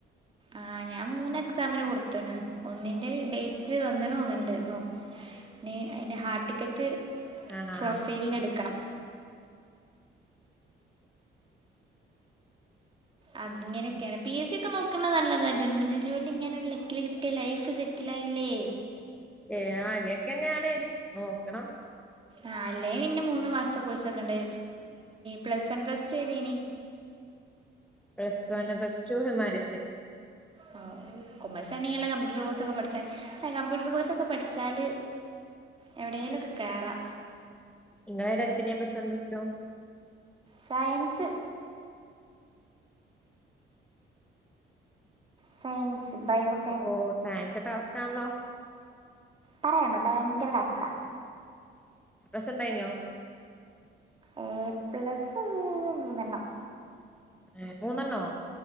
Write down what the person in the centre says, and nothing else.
ആഹ്
എ ആ തേക്കെന്നെയാണ് നോക്കണം
plus one, plus two, humanities
നിങ്ങളേതടുത്തിനേ plus one plus two
ഓ സയൻസ് ടാസ്ക് ആണല്ലോ?
ബസ് ണ്ടായിനോ
ഏ മൂന്നെണ്ണോ?